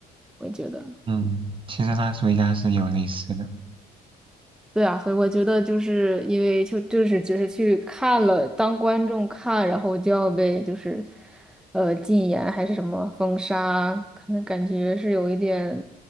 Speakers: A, in the centre; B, on the right.
A: 我觉得。
B: 嗯，其实拉斯维加斯也有类似的。
A: 对啊，所以我觉得就是因为就就是只是去看了当观众看，然后就要被就是呃禁言还是什么封杀，可能感觉是有一点